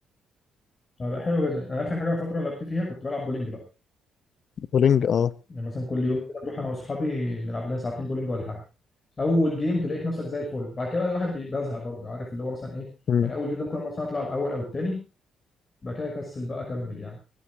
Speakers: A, on the left (about 35°); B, on the left (about 55°).
A: اه لا حلو جدا انا اخر حاجه فتره لعبت فيها كنت بلعب بولينج بقى
B: بولينج اه
A: يعني مثلا كل يوم كده نروح انا واصحابي نلعب لنا ساعتين بولينج ولا حاجه اول جيم تلاقيك نفسك زي الفل بعد كده بقى الواحد بي- بيزهق برضه عارف اللي هو مثلا ايه
B: مم.
A: يعني اول جيم ده ممكن مثلا اطلع الاول او التاني بعد كده اكسل بقى اكمل يعني